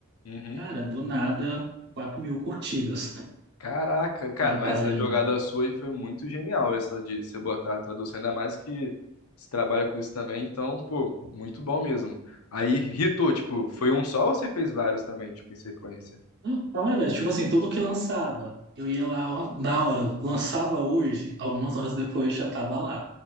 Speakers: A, on the left (about 85°); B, on the right (about 50°).
A: Uhum.
B: Cara, do nada, quatro mil curtidas
A: Caraca, cara,
B: na
A: mas
B: página.
A: essa jogada sua aí foi muito genial, essa de você botar a tradução, ainda mais que você trabalha com isso também, então, pô, muito bom mesmo. Aí hitou, tipo, foi um só ou você fez vários também, tipo, em sequência?
B: Não, cara, tipo assim, tudo que lançava. Eu ia lá ó, na hora, lançava hoje, algumas horas depois já tava lá.